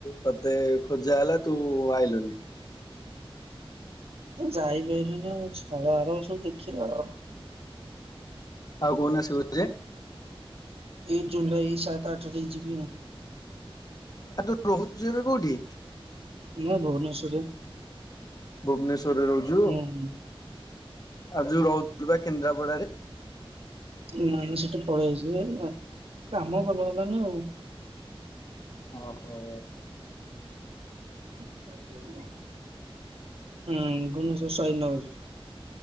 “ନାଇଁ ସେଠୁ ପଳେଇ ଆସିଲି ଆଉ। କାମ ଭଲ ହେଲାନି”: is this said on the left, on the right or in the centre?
Right